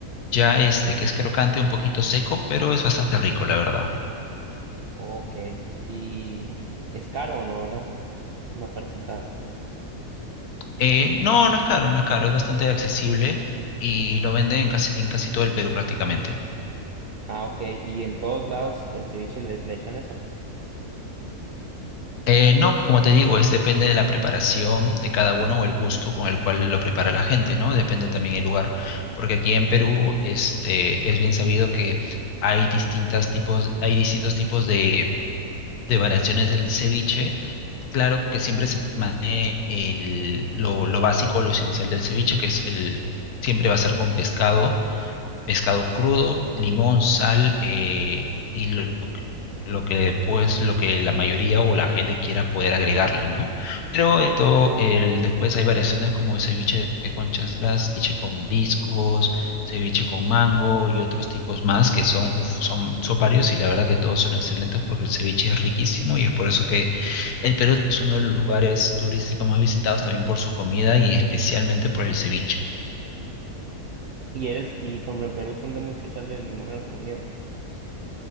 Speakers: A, on the left; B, on the right.
A: ya este que es crocante, un poquito seco, pero es bastante rico, la verdad.
B: Ok. ¿Y es caro o no, verdad? No parece caro.
A: Eh, no, no es caro, no es caro, es bastante accesible y lo venden en casi, en casi todo el Perú prácticamente.
B: Ah, ok. ¿Y en todos lados el ceviche le, le echan eso?
A: Eh, no, como te digo, es depende de la preparación de cada uno o el gusto con el cual lo prepara la gente, ¿no? Depende también el lugar, porque aquí en Perú, este, es bien sabido que hay distintas tipos, hay distintos tipos de, de variaciones del ceviche. Claro que siempre se mantiene el- lo, lo básico, lo esencial del ceviche, que es el, siempre va a ser con pescado pescado crudo, limón, sal eh, y lo, lo que pues lo que la mayoría o la gente quiera poder agregarle, ¿no? Pero esto el después hay variaciones como ceviche de conchas, las ceviche con discos, ceviche con mango y otros tipos más que son uf, son son varios y la verdad que todos son excelentes porque el ceviche es riquísimo y es por eso que el Perú es uno de los lugares turísticos más visitados también por su comida y especialmente por el ceviche.
B: Y eres, y por ejemplo en Perú son de mucho echarle limón a las comidas.